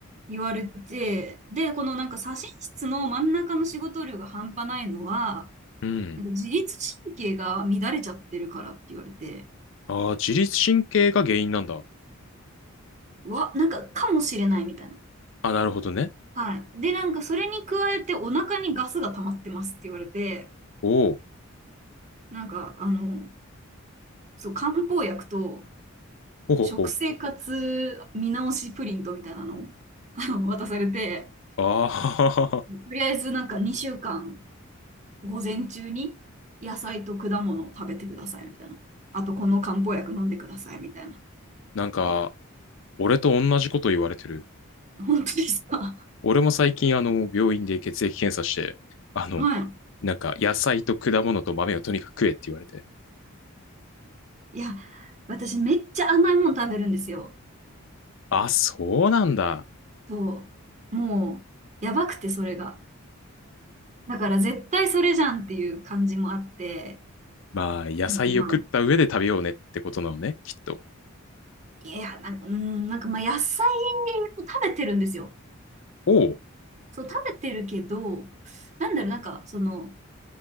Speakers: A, on the right (about 30°); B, on the left (about 60°).
A: 言われて、で、このなんか左心室の真ん中の仕事量が半端ないのは、
B: うん。
A: なんか自律神経が乱れちゃってるからって言われて、
B: ああ、自律神経が原因なんだ。
A: わ、なんか、かもしれないみたいな。
B: あ、なるほどね。
A: はい。で、なんか、それに加えて、お腹にガスが溜まってますって言われて、
B: お
A: なんか、あの、そう、漢方薬と、
B: お、ほほほ。
A: 食生活見直しプリントみたいなのを、<laughs> あの、渡されて、
B: ああ、
A: とりあえず、なんか、2週間、午前中に、野菜と果物を食べてください、みたいな。あと、この漢方薬飲んでください、みたいな。
B: <laughs> なんか、俺と同じこと言われてる。
A: 本当ですか
B: 俺も最近、あの、病院で血液検査して、あの、
A: <laughs> はい。
B: なんか、野菜と果物と豆をとにかく食えって言われて。
A: いや、私、めっちゃ甘いもの食べるんですよ。
B: あ、そうなんだ。
A: そう。もう、やばくて、それが。だから、絶対それじゃんっていう感じもあって、
B: まあ、野菜を食った上で食べようねってことなのね、
A: なんかまあ、
B: きっと。
A: いや、なんか、うん、なんかまあ、野菜を食べてるんですよ。
B: おお、
A: そう、食べてるけど、なんだろう、なんか、その、